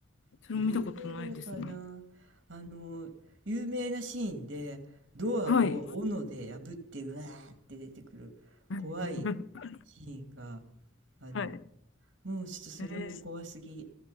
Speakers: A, on the left; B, on the right.
A: それも見たことないですね。
B: 古い映画だからな。あの、有名なシーンで、ドアを斧で破って、
A: はい。
B: うわーって出てくる怖い
A: <laughs>
B: シーンがあるんだ。
A: はい。
B: もうちょっとそれも怖すぎ。
A: えー